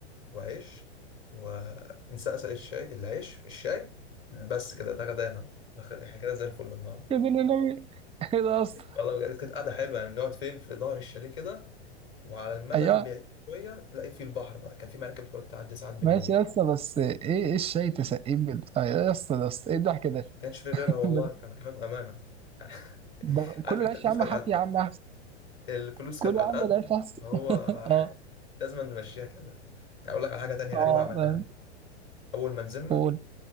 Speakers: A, on the left; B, on the right.
A: وعيش ونسقسق الشاي العيش في الشاي بس كده ده غدانا ده خ- احنا كده زي الفل النهارده
B: <laughs> يا دين النبي <laughs> ايه ده يا اسطى
A: والله بجد كانت قعده حلوه يعني نقعد فين في ظهر الشاليه كده وعلى المدى
B: ايوه
A: البعيد شويه تلاقي فيه البحر بقى كان في مراكب بتقعد تعدي ساعات بالليل
B: ماشي يا اسطى بس ايه ايه الشاي تسقيه بال- آه، يا اسطى يا اسطى ايه الضحك ده
A: ما كانش في غيرها
B: <laughs>
A: والله انا كمان بامانه <laughs>
B: ده
A: عارف
B: كل العيش
A: انت الفلوس
B: يا عم
A: كانت
B: حافي
A: على
B: يا عم
A: الفلوس
B: كل
A: كانت على
B: يا
A: القد
B: عم العيش احسن
A: فهو
B: <laughs> اه
A: <laughs> لازم نمشيها كده اقول لك على حاجه تانية
B: اه
A: غريبه عملناها
B: فاهم
A: اول ما نزلنا
B: قول